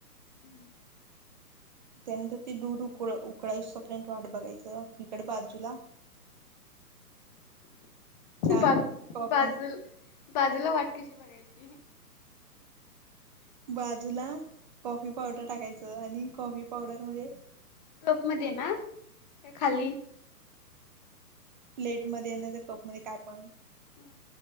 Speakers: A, on the left; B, on the right.
A: हम्म.
B: त्यानंतर ती दूध उकळा उकळा येऊस पर्यंत वाट बघायचं, हिकडं बाजूला चा
A: बाजू
B: कॉफी
A: बाजूला बाजूला वाट कशी बघायची? <inaudible>
B: बाजूला कॉफी पावडर टाकायचं आणि कॉफी पावडर मध्ये.
A: कप मध्ये ना, की खाली
B: प्लेटमध्ये नाहीतर कप मध्ये काय पण.
A: हु.